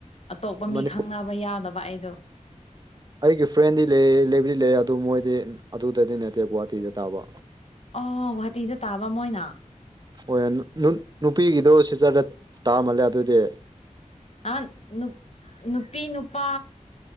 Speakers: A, on the left (about 55°); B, on the right (about 30°).
A: ꯑꯇꯣꯞꯄ ꯃꯤ
B: ꯃꯅꯤꯄꯨꯔ
A: ꯈꯪꯅꯕ ꯌꯥꯎꯗꯕ ꯑꯩꯗꯣ
B: ꯑꯩꯒꯤ ꯐ꯭ꯔꯦꯟꯗꯤ ꯂꯩ ꯂꯩꯕꯗꯤ ꯂꯩ ꯑꯗꯨ ꯃꯣꯏꯗꯤ ꯑꯗꯨꯗꯗꯤ ꯅꯠꯇꯦ ꯒꯨꯍꯥꯇꯤꯗ ꯇꯥꯕ
A: ꯑꯣ ꯒꯨꯍꯥꯇꯤꯗ ꯇꯥꯕ ꯃꯣꯏꯅ
B: ꯍꯣꯏ ꯅꯨꯄꯤꯒꯤꯗꯣ ꯁꯤꯆꯔꯗ ꯇꯥꯃꯜꯂꯦ ꯑꯗꯨꯗꯤ
A: ꯑ ꯅꯨ ꯅꯨꯄꯤ ꯅꯨꯄꯥ